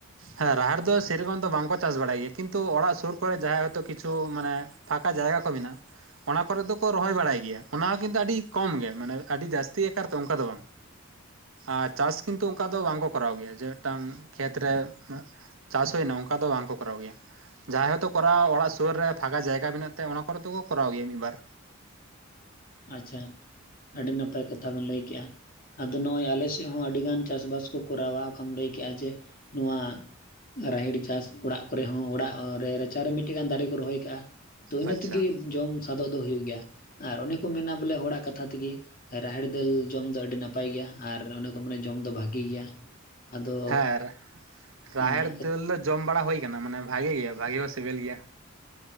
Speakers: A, on the right; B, on the left.
A: ᱦᱮᱸ ᱨᱟᱦᱮᱲ ᱫᱚ ᱥᱮᱨᱚᱠᱚᱢ ᱫᱚ ᱵᱟᱝᱠᱚ ᱪᱟᱥ ᱵᱟᱲᱟᱭ ᱜᱮᱭᱟ ᱠᱤᱱᱛᱩ ᱚᱲᱟᱜ ᱥᱩᱨ ᱠᱚᱨᱮ ᱡᱟᱦᱟᱸᱭ ᱦᱚᱭᱛᱳ ᱠᱤᱪᱷᱩ ᱢᱟᱱᱮ ᱯᱷᱟᱠᱟ ᱡᱟᱭᱜᱟ ᱠᱚ ᱢᱮᱱᱟᱜᱼᱟ᱾ ᱚᱱᱟ ᱠᱚᱨᱮ ᱫᱚᱠᱚ ᱨᱚᱦᱚᱭ ᱵᱟᱲᱟᱭ ᱜᱮᱭᱟ ᱚᱱᱟ ᱦᱚᱸ ᱠᱤᱱᱛᱩ ᱟᱹᱰᱤ ᱠᱚᱢ ᱜᱮ ᱢᱟᱱᱮ ᱟᱹᱰᱤ ᱡᱟᱹᱥᱛᱤ ᱟᱠᱟᱨ ᱛᱮ ᱚᱱᱠᱟ ᱫᱚ ᱵᱟᱝ᱾
B: <inaudible>
A: ᱟᱨ ᱪᱟᱥ ᱠᱤᱱᱛᱩ ᱚᱱᱠᱟ ᱫᱚ ᱵᱟᱝᱠᱚ ᱠᱚᱨᱟᱣ ᱜᱮᱭᱟ ᱡᱮ ᱢᱤᱫᱴᱟᱝ ᱠᱷᱮᱛᱨᱮ ᱪᱟᱥ ᱦᱩᱭᱱᱟ ᱚᱱᱠᱟ ᱫᱚ ᱵᱟᱝ ᱠᱚᱨᱟᱣ ᱜᱮᱭᱟ᱾ ᱡᱟᱦᱟᱸᱭ ᱦᱚᱛᱳ ᱠᱚᱨᱟᱣᱟ ᱚᱲᱟᱜ ᱥᱩᱨᱨᱮ ᱯᱷᱟᱸᱠᱟ ᱡᱟᱭᱜᱟ ᱢᱮᱱᱟᱜ ᱛᱟᱭᱟ ᱚᱱᱟ ᱠᱚᱨᱮ ᱫᱚᱠᱚ ᱠᱚᱨᱟᱣ ᱜᱮᱭᱟ ᱢᱤᱫ ᱵᱟᱨ᱾
B: ᱟᱪᱪᱷᱟ ᱟᱹᱰᱤ ᱱᱟᱯᱟᱭ ᱠᱟᱛᱷᱟ ᱵᱤᱱ ᱞᱟᱹᱭ ᱠᱮᱜᱼᱟ᱾ ᱟᱫᱚ ᱱᱚᱜᱼᱚᱭ ᱟᱞᱮ ᱥᱮᱫ ᱦᱚᱸ ᱟᱹᱰᱤᱜᱟᱱ ᱪᱟᱥᱼᱵᱟᱥ ᱠᱚ ᱠᱚᱨᱟᱣᱟ ᱚᱠᱟᱢ ᱞᱟᱹᱭ ᱠᱮᱜᱼᱟ ᱡᱮ ᱱᱚᱣᱟ ᱨᱟᱦᱮᱲ ᱪᱟᱥ ᱚᱲᱟᱜ ᱠᱚᱨᱮ ᱦᱚᱸ ᱚᱲᱟᱜ ᱨᱮ ᱨᱟᱪᱟᱨᱮ ᱢᱤᱫᱴᱮᱱ ᱜᱟᱱ ᱫᱟᱨᱮ ᱠᱚ ᱨᱚᱦᱚᱭ ᱠᱟᱜᱼᱟ᱾ ᱛᱚ ᱤᱱᱟᱹ
A: ᱟᱪᱪᱷᱟ
B: ᱛᱮᱜᱮ ᱡᱚᱢ ᱥᱟᱫᱚᱜ ᱫᱚ ᱦᱩᱭᱩᱜ ᱜᱮᱭᱟ ᱟᱨ ᱚᱱᱮ ᱠᱚ ᱢᱮᱱᱟ ᱵᱚᱞᱮ ᱦᱚᱲᱟᱜ ᱠᱟᱛᱷᱟ ᱛᱮᱜᱮ ᱨᱟᱦᱮᱲ ᱫᱟᱹᱞ ᱡᱚᱢ ᱫᱚ ᱟᱹᱰᱤ ᱱᱟᱯᱟᱭ ᱜᱮᱭᱟ ᱟᱨ ᱚᱱᱮ ᱠᱚ ᱢᱟᱱᱮ ᱡᱚᱢ ᱫᱚ ᱵᱷᱟᱹᱜᱤ ᱜᱮᱭᱟ᱾ ᱟᱫᱚ
A: ᱟᱨ ᱨᱟᱦᱮᱲ
B: ᱦᱮᱸ
A: ᱫᱟᱹᱞ ᱫᱚ ᱡᱚᱢ ᱵᱟᱲᱟ ᱦᱩᱭ ᱟᱠᱟᱱᱟ ᱢᱟᱱᱮ ᱵᱷᱟᱹᱜᱤ ᱜᱮᱭᱟ ᱵᱷᱟᱜᱮ ᱦᱚᱸ ᱥᱤᱵᱤᱞ ᱜᱮᱭᱟ᱾